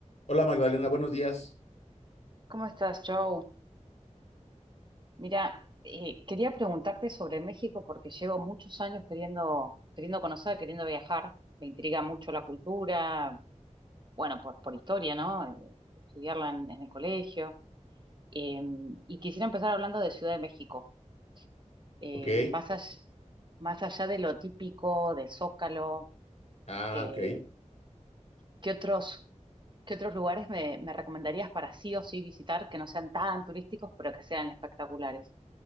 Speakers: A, on the left; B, on the right.
A: Hola Magdalena, buenos días.
B: ¿Cómo estás, Joe? Mira, eh, quería preguntarte sobre México porque llevo muchos años queriendo, queriendo conocer, queriendo viajar. Me intriga mucho la cultura, bueno, por, por historia, ¿no? Eh, Estudiarla en, en el colegio. Eh, y quisiera empezar hablando de Ciudad de México. Eh,
A: Ok.
B: más, all- más allá de lo típico, de Zócalo,
A: Ah,
B: eh,
A: ok.
B: ¿qué otros, qué otros lugares me, me recomendarías para sí o sí visitar que no sean tan turísticos, pero que sean espectaculares?